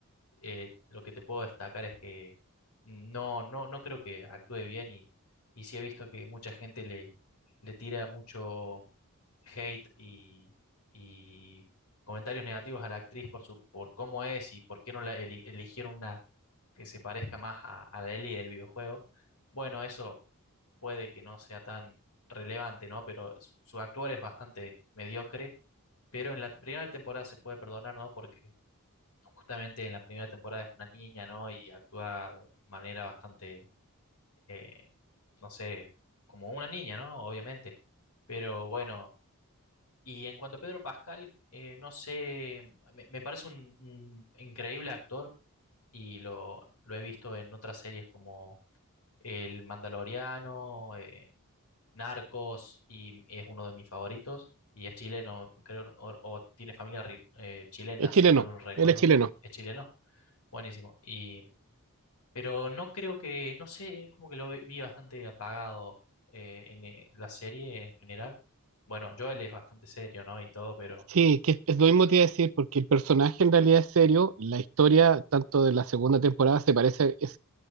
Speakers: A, on the left (about 90°); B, on the right (about 65°).
A: eh, lo que te puedo destacar es que no, no, no creo que actúe bien y, y sí he visto que mucha gente le, le tira mucho hate y, y comentarios negativos a la actriz por su, por cómo es y por qué no la eli- eligieron una que se parezca más a, a la Ellie del videojuego. Bueno, eso puede que no sea tan relevante, ¿no? Pero su, su actuar es bastante mediocre. Pero en la primera temporada se puede perdonar, ¿no? Porque justamente en la primera temporada es una niña, ¿no? Y actúa de manera bastante, eh, no sé, como una niña, ¿no? Obviamente. Pero bueno, y en cuanto a Pedro Pascal, eh, no sé, me, me parece un, un increíble actor y lo, lo he visto en otras series como El Mandaloriano, eh, Narcos y es uno de mis favoritos. Y es chileno, creo, o, o tiene familia ri- eh, chilena,
B: es chileno,
A: si mal no recuerdo.
B: él es chileno.
A: Es chileno. Buenísimo. Y, pero no creo que, no sé, como que lo ve- vi bastante apagado eh, en eh, la serie en general. Bueno, Joel es bastante serio, ¿no? Y todo, pero...
B: Sí, que es, es lo mismo que te iba a decir, porque el personaje en realidad es serio, la historia, tanto de la segunda temporada, se parece, es